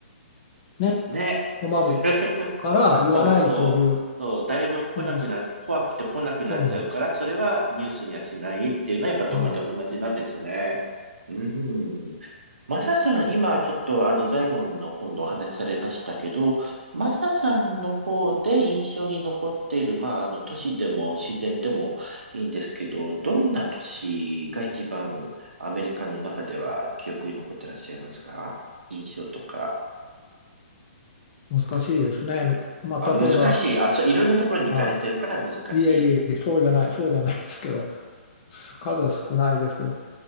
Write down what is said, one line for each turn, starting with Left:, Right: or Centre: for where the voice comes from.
Left: ね
Right: う、ね。
Left: 困る
Right: <laughs>
Left: から言わないという、
Right: ほぼ、そう、そう、誰も来なくなって、
Left: うん、そ
Right: 怖くて来なくなっちゃうから、
Left: そうなんです。
Right: それはニュースにはしないっていうのはやっぱどこでも同じなんですね。
Left: は
Right: うん。マサさん、今ちょっとあの、ザイオンの方のお話しされましたけど、マサさんの方で印象に残っている、まあ、あの、都市でも自然でもいいんですけど、どんな都市が一番アメリカの中では記憶に残ってらっしゃいますか印象とか。
Left: い、難しいですね。まあ、
Right: あ、難しい。
Left: 例えば、
Right: あ、そう、いろんなところに行かれてるから難しい。
Left: はい、いえいえそうじゃないそうじゃないですけど数は少ないですけど。